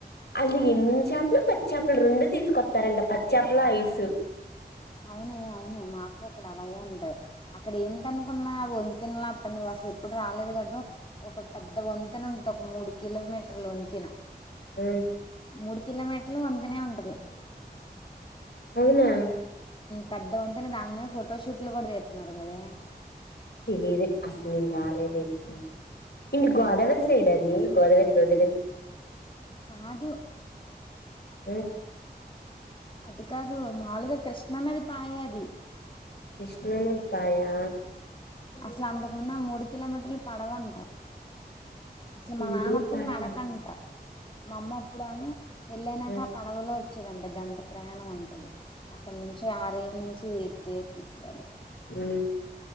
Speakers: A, on the left (about 80°); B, on the left (about 30°).
A: హాల్లో ఎండిన చేపలు పచ్చి చేపలు రెండు తీసుకొస్తారండి పచ్చ చేపల ఐసు
B: అవునే అవును మాకు అక్కడ అలాగే ఉంటయి అక్కడ ఏంటనుకున్నా వంతేలా అ పనిస్త నువ్వు ఎప్పుడు రాలేదు అటు ఒక పెద్ద వంతెన ఉంటా ఒక మూడు కిలోమీటర్ల వంతెన
A: మ్మ్
B: మూడు కిలోమీటర్లు వంతేనే ఉంటది
A: అవునా
B: పెద్ద వంతెనే దాని మీద ఫోటోషూట్లు కూడా తీస్తున్నారు కదే
A: తెలిదు అసలు నేను రాలేదు ఎప్పుడు ఇంటి
B: ఉమ్,
A: గోదావరి సైడ్ అది గోదావరి గోదావరి
B: కాదు
A: ఆ
B: అటు కాదు మాలుగా కృష్ణన్నది పాయే అది
A: కృష్ణ నది పయా
B: ఇట్లా అంతకు ముందు ఆ మూడు కిలోమీటర్లు పడవంట. అసలు మా
A: ఏంటి
B: నాన్నప్పుడు
A: పడవ
B: నడకంట మా అమ్మ అప్పుడు ఏమొ పెళ్ళైనాక
A: మ్మ్
B: పడవలో వచ్చేదంట గంట ప్రయాణం ఉంటది. అక్కడ నుంచి ఆరే నుంచి ఎటు త తీసురాడాకి
A: మ్